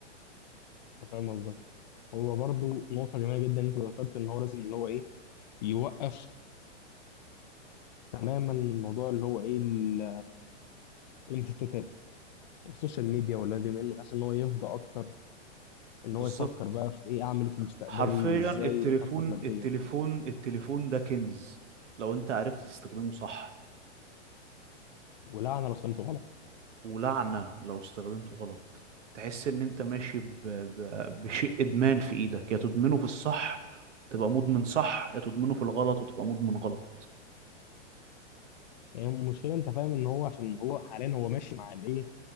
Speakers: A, on the left; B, on the right.
A: انا فاهم قصدك هو برضو نقطة جميلة جدا انت ذكرت ان هو لازم ان هو ايه يوقف تماما موضوع اللي هو ايه ال- المشتتات السوشيال ميديا ولا دي منه بحيث ان هو يفضى اكتر ان
B: بالظبط
A: هو يفكر بقى في ايه اعمل إيه في مستقبلي
B: حرفيا
A: ازاي
B: التليفون
A: اخطط ماديا
B: التليفون التليفون ده كنز لو انت عرفت تستخدمه صح
A: ولعنة لو فهمته غلط
B: ولعنة لو استخدمته غلط تحس ان انت ماشي ب... ب... بشيء ادمان في ايدك يا تدمنه في الصح تبقى مدمن صح يا تدمنه في الغلط وتبقى مدمن غلط
A: يعني المشكلة انت فاهم ان هو عشان هو حاليا هو ماشي مع الايه